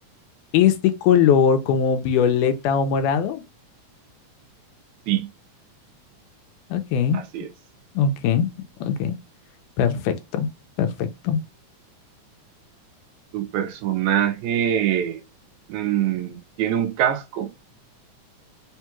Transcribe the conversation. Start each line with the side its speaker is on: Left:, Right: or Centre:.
Left: es de color como violeta o morado?
Right: Sí,
Left: Ok,
Right: así es.
Left: ok, ok. Perfecto, perfecto.
Right: ¿Tu personaje mm, tiene un casco?